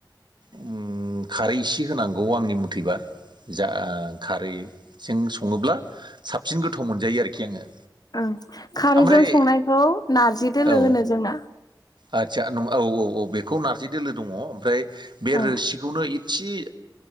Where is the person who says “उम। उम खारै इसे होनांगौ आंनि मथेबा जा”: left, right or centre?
Right